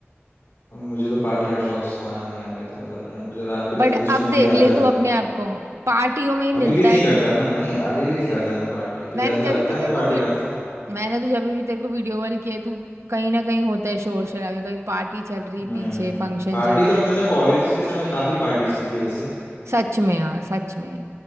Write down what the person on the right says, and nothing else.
बट
अब देख
ले
तू
अपने आप को पार्टियों में ही मिलता
है
तू
मैंने
जब
भी
तेरे
को
वी-
मैंने तो जब भी तेरे को वीडियो कॉल किया है, तू कहीं ना कहीं होता है शोर शराबे कभी पार्टी चल रही है
पीछे
फंक्शन
चल रहा
है
सच में यार सच में